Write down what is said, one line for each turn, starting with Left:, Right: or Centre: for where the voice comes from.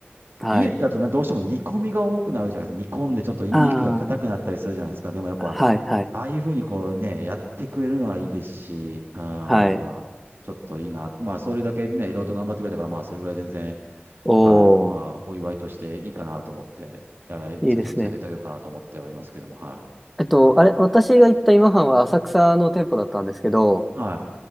Centre: はい。
Right: 家だとなどうしても煮込みが多くなるじゃないですか。煮込んでちょっと肉が硬くなったりするじゃないですか。
Centre: あ
Right: でもやっぱ、
Centre: あ、はい、はい、
Right: ああいうふうにこうね、やってくれるのはいいですし、うん、
Centre: はい。
Right: やっぱ、ちょっといいな。まあ、それだけね、いろいろと頑張ってくれたから、まあ、それぐらい全然、
Centre: おー、
Right: はい。まあ、お祝いとしていいかなと思って、いやちょっと連れてってあげようかなと思ってはいますけども、
Centre: いいですね。
Right: は
Centre: えっと、あれ、私が行った今半は浅草の店舗だったんですけど、
Right: い。は